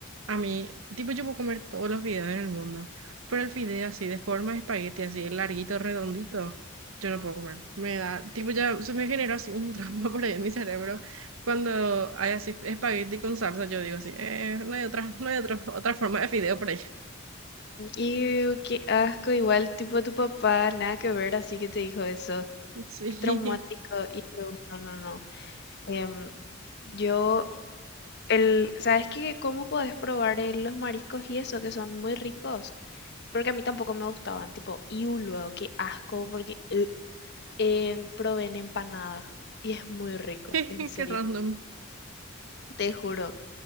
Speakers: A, on the right; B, on the left.
A: a mí, tipo yo puedo comer todos los fideos en el mundo, pero el fideo así de forma de espagueti, así larguito, redondito, yo no puedo comer. Me da, tipo ya se me generó así un trauma <laughs> por ahí en mi cerebro. Cuando hay así espagueti con salsa, yo digo así, eh, no hay otra, no hay otra, otra forma de fideo por ahí.
B: iu, qué asco, igual tipo tu papá, nada que ver, así que te dijo eso.
A: Ujú, Sí,
B: Qué traumático. y no, no, no. Em, yo El, ¿sabes qué? ¿Cómo podés probar eh, los mariscos y eso, que son muy ricos? Porque a mí tampoco me gustaban, tipo, y luego, qué asco, porque eh, en- probé en empanadas y es muy rico,
A: <laughs>
B: en serio,
A: qué random.
B: te juro.